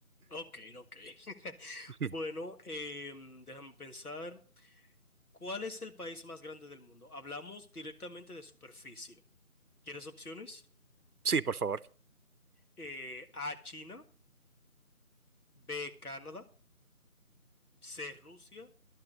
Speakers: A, on the left; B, on the right.
A: Ok, ok. <laughs>
B: <laughs>
A: Bueno, em, déjame pensar. ¿Cuál es el país más grande del mundo? Hablamos directamente de superficie. ¿Quieres opciones?
B: Sí, por favor.
A: Eh, A, China, B, Canadá, C, Rusia,